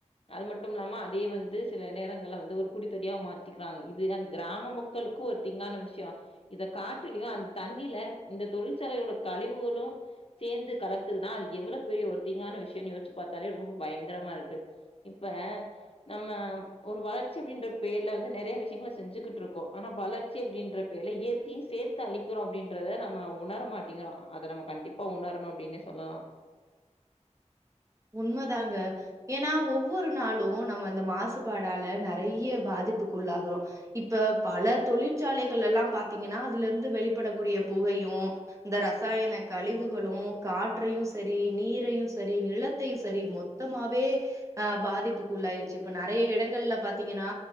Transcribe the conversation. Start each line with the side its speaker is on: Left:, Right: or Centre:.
Left: அது மட்டு இல்லாம அதே வந்து சில நேரங்கள் வந்து ஒரு குடித்தடியா மாத்திக்கிறாங்க இது அந்த கிராம மக்களுக்கு ஒரு தீங்கான விஷய இத காட்டிலயு அந்த தண்ணில இந்த தொழிற்சாலையோட கழிவுகளு சேர்ந்து கலக்குதுனா அது எவ்வளவு பெரிய ஒரு தீங்கான விஷயம்னுயோச்சு பாத்தாலே ரொம்ப பயங்கரமா இருக்கு இப்ப நம்ம ஒரு வளர்ச்சி அப்டின்ற பேர்ல வந்து நெறைய விஷயங்களை செஞ்சுகிட்டு இருக்கோ ஆனா வளர்ச்சி அப்டின்ற பேர்ல இயற்கையு சேர்த்து த்த அழிக்கிறோ அப்டின்றத நம்ம உணரமாட்டேங்கரோ அத நம்ம கண்டிப்பா உணரணு அப்டின்னே சொல்லலா
Right: உண்மதாங்க ஏன்னா ஒவ்வொரு நாளு நம்ம அந்த மாசுபாடால நெறைய பாதிப்புக்கு உள்ளாகிறோ இப்ப பல தொழிற்சாலைகள் எல்லா பாத்தீங்கன்னா அதுல இருந்து வெளிப்படக்கூடிய புகையு இந்த ரசாயன கழிவுகளு காற்றையு சரி நீரையு சரி நிலத் த்தையு சரி மொத்தமாவே அ பாதிப்புக்குள்ள ஆயிருச்சு இப்ப நெறைய இடங்கள்ல பாத்தீங்கன்னா